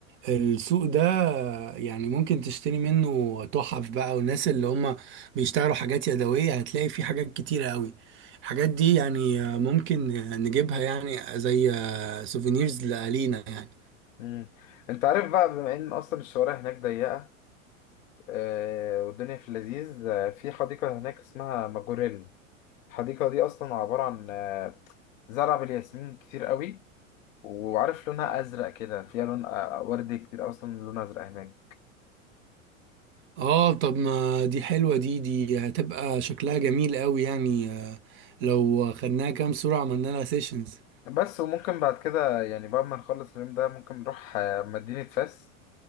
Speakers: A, on the right (about 30°); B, on the left (about 70°).
A: السوق ده يعني ممكن تشتري منه تحف بقى والناس اللي هم بيشتغلوا حاجات يدوية هتلاقي فيه حاجات كتيرة قوي الحاجات دي يعني ممكن نجيبها يعني زي سوفينيرز لألينا يعني
B: مم. أنت عارف بقى بما إن أصلا الشوارع هناك ضيقة آه، والدنيا في اللذيذ آه، في حديقة هناك اسمها ماجوريل الحديقة دي أصلا عبارة عن آه، زرع بالياسمين كتير قوي وعارف لونها أزرق كده فيها لون آه، آه، وردي كتير أصلا لون أزرق هناك
A: اه طب ما دي حلوة دي دي هتبقى شكلها جميل قوي يعني آه، لو خدناها كام صورة عملنا لها سيشنز
B: بس وممكن بعد كده يعني بعد ما نخلص اليوم ده ممكن نروح آه، مدينة فاس